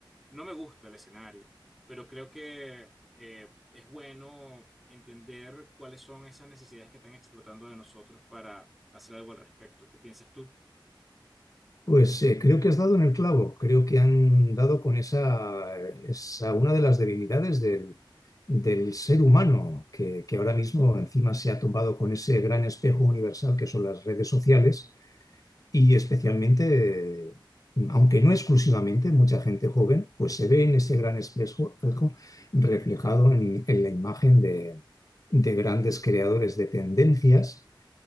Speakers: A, in the centre; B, on the left.
A: No me gusta el escenario, pero creo que eh, es bueno entender cuáles son esas necesidades que están explotando de nosotros para hacer algo al respecto. ¿Qué piensas tú?
B: Pues eh, creo que has dado en el clavo, creo que han dado con esa, esa una de las debilidades del, del ser humano, que, que ahora mismo encima se ha tomado con ese gran espejo universal que son las redes sociales y especialmente, eh, aunque no exclusivamente, mucha gente joven, pues se ve en ese gran espejo espejo reflejado en, en la imagen de de grandes creadores de tendencias